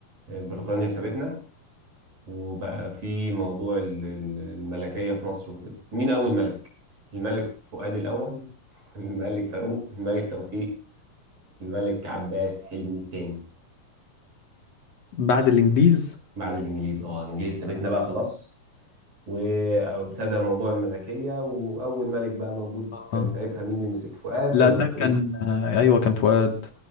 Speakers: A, on the right (about 45°); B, on the left (about 55°).
A: آه، بريطانيا سابتنا وبقى في موضوع ال- ال- الملكية في مصر وكده مين أول ملك؟ الملك فؤاد الأول <laughs> الملك فاروق الملك توفيق الملك عباس حلمي الثاني
B: بعد الانجليز
A: بعد الإنجليز اه الإنجليز سابتنا بقى خلاص وابتدى موضوع الملكية وأول ملك بقى موجود كان
B: اه
A: ساعتها مين اللي مسك فؤاد
B: لا
A: ولا
B: ده
A: فاروق؟
B: كان آه ايوه كان فؤاد